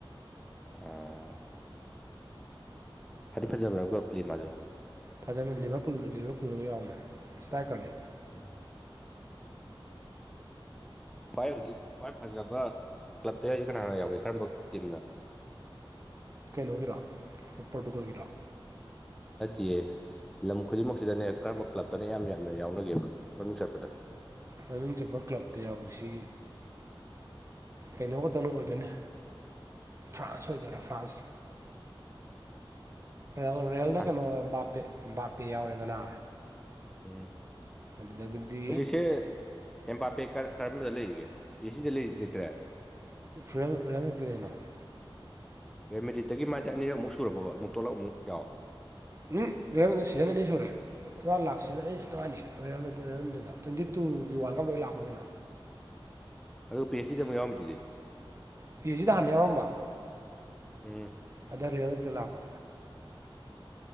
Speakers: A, in the centre; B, on the right.
A: ꯑꯥ ꯐꯗꯤ ꯐꯖꯕ꯭ꯔꯕ ꯄ꯭ꯂꯦ ꯃꯥꯁꯨ
B: ꯐꯖꯅ ꯂꯤꯚꯔ ꯂꯤꯚꯔ ꯄꯨꯜꯗ ꯌꯥꯎꯅ ꯏꯁ꯭ꯇꯥꯏꯀꯔꯅꯦ
A: <inaudible> ꯈ꯭ꯋꯥꯏ ꯍꯧꯖꯤꯛ ꯈ꯭ꯋꯥꯏ ꯐꯖꯕ ꯀ꯭ꯂꯕꯇ ꯍꯥꯏꯁꯤ ꯀꯅꯥꯅ ꯌꯥꯎꯏꯦ ꯀꯔꯝꯕ ꯇꯤꯝꯅ
B: ꯀꯩꯅꯣꯒꯤꯔ ꯄꯣꯔꯇꯨꯒꯜꯒꯤꯔ
A: ꯅꯠꯇꯌꯦ ꯂꯝ ꯈꯨꯗꯤꯡꯃꯛꯁꯤꯗꯅꯦ ꯀꯔꯝꯕ ꯀ꯭ꯂꯞꯇꯅ ꯌꯥꯝ ꯌꯥꯝꯅ ꯌꯥꯎꯅꯒꯦꯕ ꯃꯃꯤꯡ ꯆꯠꯄꯗ
B: ꯃꯃꯤꯡ ꯆꯠꯄ ꯀ꯭ꯂꯞꯇ ꯌꯥꯎꯕꯁꯤ ꯀꯩꯅꯣ ꯈꯛꯇꯅ ꯑꯣꯏꯗꯣꯏꯅꯦ ꯐ꯭ꯔꯥꯟꯁ ꯑꯣꯏꯗꯣꯏꯔꯥ ꯐ꯭ꯔꯥꯟꯁ <unintelligible> ꯔꯦꯜꯗ
A: ꯍꯥ
B: ꯀꯩꯅꯣ ꯕꯥꯞꯄꯦ ꯕꯥꯞꯄꯦ ꯌꯥꯎꯔꯦꯗꯅ
A: ꯎꯝ
B: ꯑꯗꯨꯗꯒꯤꯗꯤ
A: ꯍꯧꯖꯤꯛꯁꯦ ꯑꯦꯝꯄꯥꯄꯦꯛ ꯀ ꯀꯔꯝꯕꯗ ꯂꯩꯔꯤꯒꯦ ꯄꯤ ꯁꯤꯗ ꯂꯩ ꯂꯩꯇ꯭ꯔꯦ
B: <unintelligible>
A: ꯔꯦꯃꯦꯗꯤꯗꯇꯒꯤ ꯃꯥꯗꯤ ꯑꯅꯤꯔꯛ ꯑꯃꯨꯛ ꯁꯨꯔꯕꯕ ꯑꯃꯨꯛ ꯇꯂꯞ ꯑꯃꯨꯛ ꯌꯥꯎ
B: ꯎꯝ <unintelligible> ꯁꯤꯖꯟ ꯑꯅꯤ ꯁꯨꯔꯦ ꯏꯔꯥ ꯂꯥꯛꯁꯤꯅ ꯑꯩ ꯇꯉꯥꯏꯅꯤꯗꯨꯗ ꯇ꯭ꯋꯦꯟꯇꯤ ꯇꯨꯒꯤ ꯋꯥꯔꯜ ꯀꯞ ꯂꯥꯛꯄꯅꯤꯅ
A: ꯑꯗꯨ ꯄꯤ ꯑꯥꯏꯆ ꯁꯤꯗ ꯑꯃꯨꯛ ꯌꯥꯎꯔꯝꯃꯤꯗꯨꯗꯤ
B: ꯄꯤ ꯑꯦꯁꯤꯗ ꯍꯥꯟ ꯌꯥꯎꯔꯝꯕ
A: ꯎꯝ
B: ꯍꯟꯗꯛ ꯔꯦꯜꯃꯤꯠ ꯇ ꯂꯥꯛꯄ